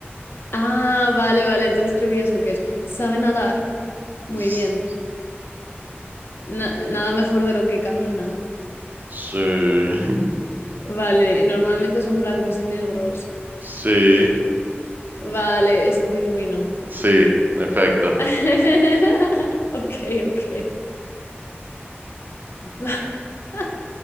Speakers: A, on the left; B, on the right.
A: Ah, vale, vale, entonces creo que ya es lo que es. ¿Sabe nadar? Muy
B: sí,
A: bien. Na- nada mejor de lo que camina.
B: sí, <laughs>
A: Vale, normalmente son blancos y negros.
B: sí,
A: Vale, es un pingüino.
B: sí, en efecto.
A: <laughs> Ok, ok. Va- <laughs>